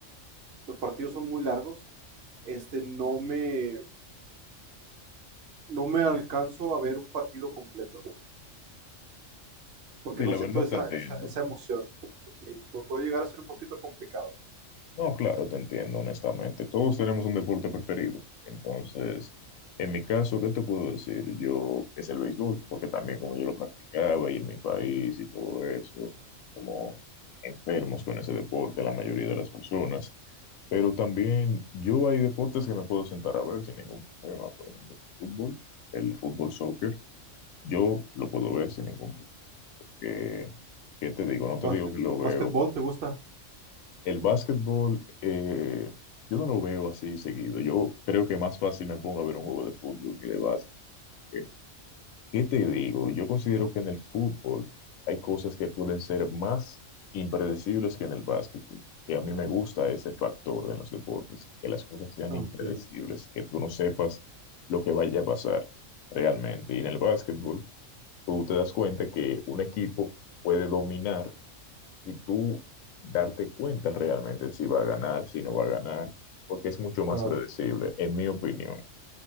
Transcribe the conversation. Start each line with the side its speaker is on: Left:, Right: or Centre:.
Right: los partidos son muy largos, este, no me, no me alcanzo a ver un partido completo, porque
Left: Sí,
Right: no
Left: la
Right: siento
Left: verdad
Right: esa,
Left: te entiendo.
Right: esa, esa emoción. Sí, pu- puede llegar a ser un poquito complicado.
Left: No, claro, te entiendo, honestamente. Todos tenemos un deporte preferido. Entonces, en mi caso, ¿qué te puedo decir? Yo es el béisbol, porque también como yo lo practicaba y en mi país y todo eso, como enfermos con ese deporte, la mayoría de las personas. Pero también yo hay deportes que me puedo sentar a ver sin ningún problema. Por ejemplo, el fútbol, el fútbol soccer. Yo lo puedo ver sin ningún problema. ¿Qué, qué te digo? No
Right: Basque-
Left: te digo que lo veo.
Right: ¿Básquetbol te gusta?
Left: El básquetbol, eh, yo no lo veo así seguido. Yo creo que más fácil me pongo a ver un juego de fútbol que de básquet. ¿Qué, qué te digo? Yo considero que en el fútbol hay cosas que pueden ser más impredecibles que en el básquetbol. Y a mí me gusta ese factor de los deportes, que las cosas sean
Right: Ah,
Left: impredecibles,
Right: Ok,
Left: que tú no sepas lo que vaya a pasar realmente. Y en el básquetbol. tú te das cuenta que un equipo puede dominar y tú darte cuenta realmente si va a ganar, si no va a ganar, porque es mucho más
Right: claro.
Left: predecible, en mi opinión.